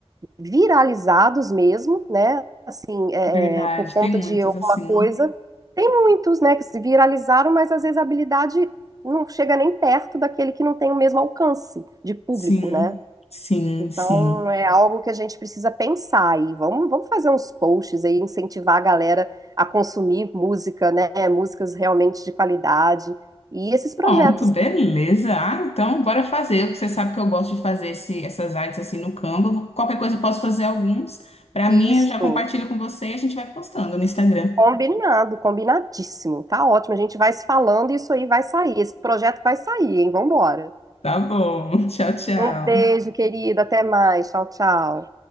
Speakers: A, on the right (about 35°); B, on the left (about 75°).
A: viralizados mesmo, né? Assim, é,
B: verdade,
A: é, por conta
B: tem muitos
A: de alguma
B: assim.
A: coisa. Tem muitos, né, que se viralizaram, mas às vezes a habilidade não chega nem perto daquele que não tem o mesmo alcance de público,
B: Sim,
A: né?
B: sim,
A: Então,
B: sim.
A: é algo que a gente precisa pensar aí. Vamos, vamos fazer uns posts aí, incentivar a galera a consumir música, né? Músicas realmente de qualidade. E esses projetos.
B: Pronto, beleza. Ah, então bora fazer. Você sabe que eu gosto de fazer esse, essas artes assim no Canva. Qualquer coisa eu posso fazer alguns. Pra
A: Isso.
B: mim, eu já compartilho com você e a gente vai postando no Instagram.
A: Combinado, combinadíssimo. Tá ótimo. A gente vai se falando e isso aí vai sair. Esse projeto vai sair, hein? Vambora.
B: Tá bom. <laughs> Tchau, tchau.
A: Um beijo, querida. Até mais. Tchau, tchau.